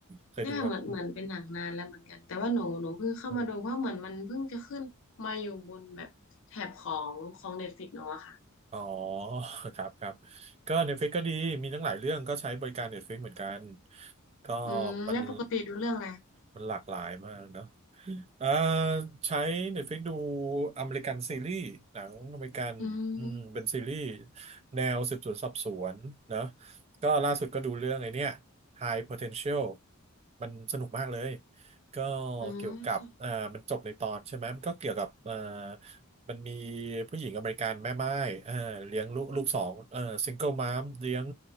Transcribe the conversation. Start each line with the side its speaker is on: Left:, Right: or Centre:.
Right: เคยดูครับ
Left: ใช่ค่ะเหมือนเหมือนเป็นหนังนานแล้วเหมือนกันแต่ว่าหนูหนูเพิ่งเข้ามาดูเพราะเหมือนมันเพิ่งจะขึ้นมาอยู่บนแบบแถบของของเน็ตฟลิกซ์เนาะค่ะ
Right: อืมอ๋อครับครับก็ Netflix ก็ดีมีทั้งหลายเรื่องก็ใช้บริการ Netflix เหมือนกันก็
Left: อืมแล้วปกติดูเรื่องอะไร
Right: มันมันหลากหลายมากเนอะ เอ่อใช้ Netflix ดูอเมริกันซีรีส์หนังอเมริกันอืมเป็นซีรีส์
Left: อืม
Right: แนวสืบสวนสอบสวนเนอะก็ล่าสุดก็ดูเรื่องไอ้เนี่ย High Potential มันสนุกมากเลยก็
Left: อืม
Right: เกี่ยวกับเอ่อมันจบในตอนใช่ไหมมันก็เกี่ยวกับเอ่อมันมีผู้หญิงอเมริกันแม่ไม้เอ่อเลี้ยงลูกลูกสองเอ่อซิงเกิลมามเลี้ยง